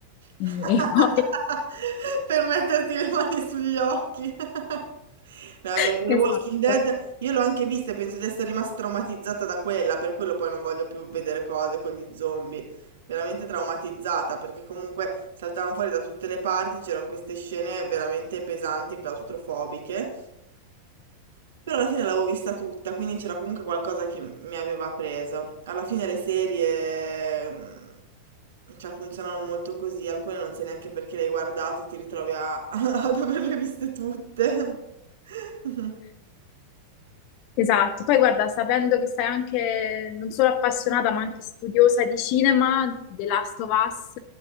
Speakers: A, on the left; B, on the right.
A: e,
B: <laughs>
A: e poi...
B: Per metterti le mani sugli occhi. <laughs> No,
A: <laughs>
B: per The
A: Esatto.
B: Walking Dead io l'ho anche vista e penso di essere rimasta traumatizzata da quella, per quello poi non voglio più vedere cose con gli zombie. Veramente traumatizzata, perché comunque saltavano fuori da tutte le parti, c'erano queste scene veramente pesanti, claustrofobiche. Però alla fine l'avevo vista tutta, quindi c'era comunque qualcosa che mi aveva presa. Alla fine le serie, mm, cioè, funzionano molto così, alcune non sai neanche perché le hai guardate, ti ritrovi a- <laughs> ad averle viste tutte. <laughs>
A: Esatto, poi guarda, sapendo che sei anche non solo appassionata ma anche studiosa di cinema, The Last of Us